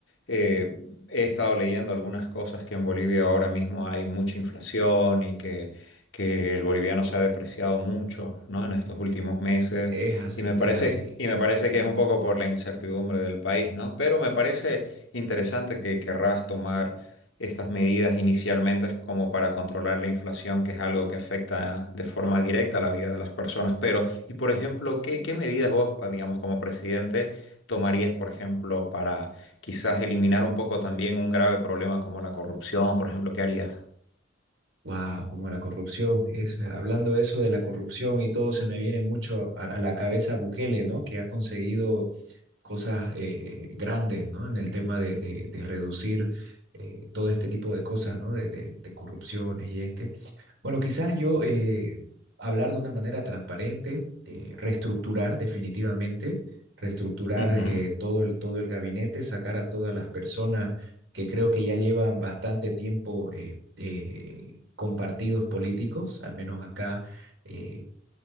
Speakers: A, on the left; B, on the right.
A: eh, he estado leyendo algunas cosas que en Bolivia ahora mismo hay mucha inflación y que, que el boliviano se ha depreciado mucho, ¿no? En estos últimos meses.
B: Es así,
A: Y me parece,
B: es así.
A: y me parece que es un poco por la incertidumbre del país, ¿no? Pero me parece interesante que querrás tomar estas medidas inicialmente es como para controlar la inflación, que es algo que afecta de forma directa la vida de las personas. Pero, y por ejemplo, ¿qué, qué medidas vos, digamos, como presidente, tomarías, por ejemplo, para quizás eliminar un poco también un grave problema como la corrupción? Por ejemplo, ¿qué harías?
B: Wow, como la corrupción. Es, hablando eso de la corrupción y todo, se me viene mucho a, a la cabeza Bukele, ¿no? Que ha conseguido cosas eh, grandes, ¿no? En el tema de, de, de reducir eh, todo este tipo de cosas, ¿no? De, de, de corrupciones y este. Bueno, quizás yo eh, hablar de una manera transparente, eh, reestructurar definitivamente, reestructurar
A: Ujú,
B: eh, todo el, todo el gabinete, sacar a todas las personas que creo que ya llevan bastante tiempo eh, eh, con partidos políticos, al menos acá eh,